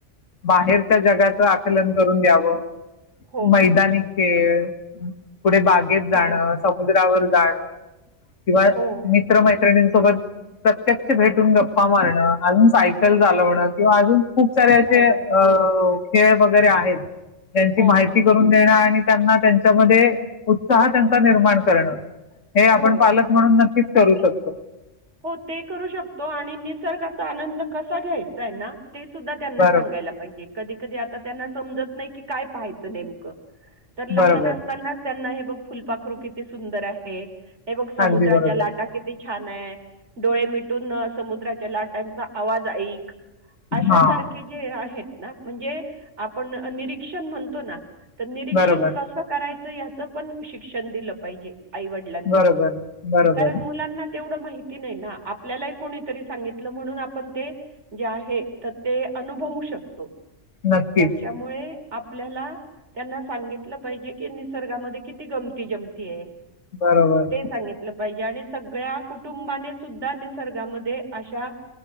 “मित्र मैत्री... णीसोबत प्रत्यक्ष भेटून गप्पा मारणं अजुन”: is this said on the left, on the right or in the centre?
Left